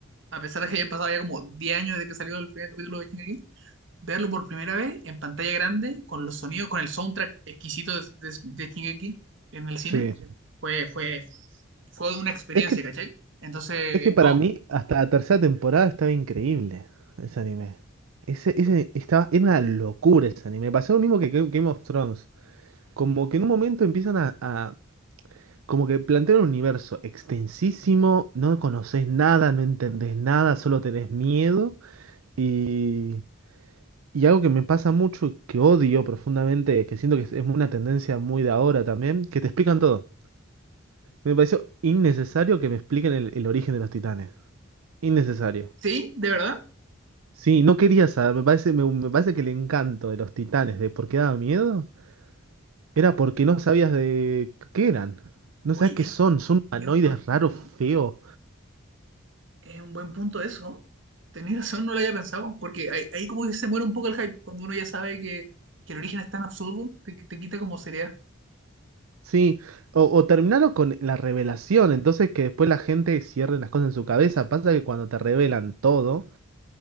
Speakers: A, on the right (about 60°); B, on the right (about 80°).
A: a pesar de que hayan pasado ya como 10 años desde que salió el primer capítulo de Shingeki, verlo por primera vez en pantalla grande, con los sonidos, con el soundtrack exquisito de, de, de Shingeki en el cine,
B: Sí.
A: fue, fue, fue una experiencia,
B: Es que,
A: ¿cachai? Entonces,
B: es que para
A: no.
B: mí, hasta la tercera temporada estaba increíble ese anime. Ese, ese estaba, era una locura ese anime. Pasó lo mismo que Game Game of Thrones. Como que en un momento empiezan a, a- como que plantean un universo extensísimo, no conoces nada, no entendés nada, solo tenés miedo. Y, y algo que me pasa mucho, que odio profundamente, que siento que es es una tendencia muy de ahora también, que te explican todo. Me pareció innecesario que me expliquen el el origen de los titanes. Innecesario.
A: Sí, de verdad.
B: Sí, no quería saber, me parece, me, me parece que el encanto de los titanes de por qué daba miedo era porque no sabías de qué eran. No
A: uy
B: sabes qué
A: es,
B: son, son humanoides
A: es un buen
B: raros,
A: punto.
B: feos.
A: Es un buen punto eso. Tenía razón, no lo había pensado. Porque ahí, ahí como que se muere un poco el hype, cuando uno ya sabe que, que el origen es tan absurdo, te, te quita como seriedad.
B: Sí, o, o terminarlo con la revelación, entonces que después la gente cierre las cosas en su cabeza. Pasa que cuando te revelan todo,